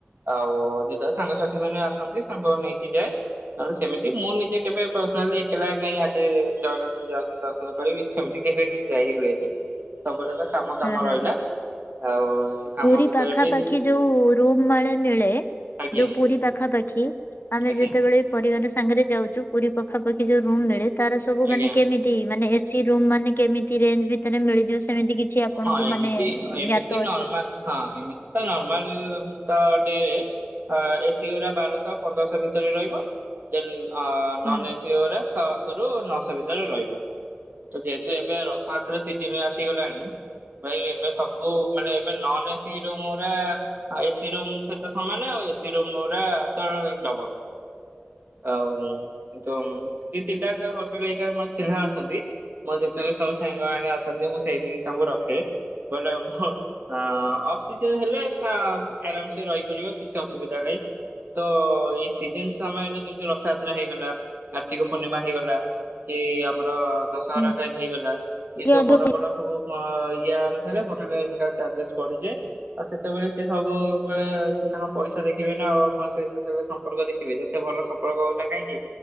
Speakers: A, on the right (about 55°); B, on the left (about 60°).
A: ଆଉ ଯେତେବେଳେ ସାଙ୍ଗସାଥି ମାନେ ଆସନ୍ତି ସାଙ୍ଗ ନେଇକି ଯାଏ। ନହେଲେ ସେମିତି ମୁଁ ନିଜେ କେବେ ପର୍ସନାଲି ଏକଲା ନାଇଁ ଆଜି ଜଗନ୍ନାଥ ଯାଉଛି ଆଜି ଦର୍ଶନ କରିବି ସେ। ସେମିତି କେବେ କି ଯାଇ ହୁଏନି ସବୁବେଳେ ତ କାମ କାମ
B: ହୁଁ ହୁଁ
A: ରହିଲା।
B: ହୁଁ
A: ଆଉ ସେ କାମ
B: ପୁରୀ
A: ଭିତରେ
B: ପାଖା
A: ବି
B: ପାଖି ଯୋଉ ରୁମ୍ ମାଳେ ମିଳେ।
A: ଆଜ୍ଞା
B: ଯୋଉ
A: ଆଜ୍ଞା।
B: ପୁରୀ ପାଖାପାଖି ଆମେ
A: ଆଜ୍ଞା
B: ଯେତେବେଳେ। ପରିବାର ସାଙ୍ଗରେ ଯାଉଛୁ ପୁରୀ ପାଖାପାଖି ଯୋଉ ରୁମ୍ ମିଳେ ତାର ସବୁ
A: ଆଜ୍ଞା
B: ମାନେ କେମିତି। ମାନେ ଏସି ରୁମ୍ ମାନେ କେମିତି ରେଞ୍ଜ ଭିତରେ ମିଳିଯିବ ସେମିତି କିଛି। ଆପଣଙ୍କୁ
A: ହଁ ଏମିତି
B: ମାନେ
A: ଏମିତି
B: ଜ୍ଞାତ ଅଛି?
A: ନର୍ମାଲ ହଁ ଏମିତି। ନର୍ମାଲ ତ ଅଟେ। ଅ ଏସିଗୁରା ବାରଶହ ପନ୍ଦରଶହ ଭିତରେ ରହିବ ଦେନ୍ ଆଁ ନନ୍ଏସି।
B: ହୁଁ।
A: ସେ ଗୁଡା ଛଅଶହ ରୁ ନଅଶହ ଭିତରେ ରହିବ। ତ ଯେହେତୁ ଏବେ ରଥଯାତ୍ରରେ ସିଜିନ୍ ଆସିଗଲାଣି। ଭାଇ ଏବେ ସବୁ ମାନେ ଏବେ ନନ୍ଏସି ରୁମ୍ ଗୁରା। ଆଉ ଏସିରୁମ୍ ସହିତ ସମାନେ ଆଉ ଏସି ରୁମ ଗୁରା ତ ଡବଲ୍। ଆଉ ତ ଦିଇ ତିନିଟା ହୋଟେଲ ଘରିକା ମୋର ଚିହ୍ନା ଅଛନ୍ତି। ମୋର ଯେତେବେଳେ ସବୁ ସାଙ୍ଗମାନେ ଆସନ୍ତି ମୁଁ ସେଇ ଠି ତାଙ୍କୁ ରଖେ ବଟ୍ ମୁଁ। ଅ ଅଫ୍ ସିଜିନ୍ ହେଲେ ଆରାମସେ ରହିପାରିବ କିଛି ଅସୁବିଧା ନାହିଁ। ତ ଏଇ ସିଜନ୍ ସମୟରେ ଯେମିତି ରଥଯାତ୍ରା ହେଇଗଲା କାର୍ତ୍ତିକ ପୂର୍ଣ୍ଣିମା ହେଇଗଲା। କି ଆମର ଦଶହରା
B: ହୁଁ
A: ଟାଇମ୍ ହେଇଗଲା
B: କିଏ
A: ଏ ସବୁ
B: ଅଧିକ
A: ବଡ ବଡ ସବୁ। ତୁମ ୟା ଅନୁସାରେ ହୋଟେଲରେ ତା ଚାର୍ଜେସ୍ ବଢିଯାଏ। ଆଉ ସେତେବେଳେ ସେ ସବୁବେଳେ ତାଙ୍କ ପଇସା ଦେଖିବେ ନା ଆଉ ସେ ସେତେବେଳେ ସମ୍ପର୍କ ଦେଖିବେ ଯେତେ ଭଲ। ସମ୍ପର୍କ ହଉନା କାହିଁକି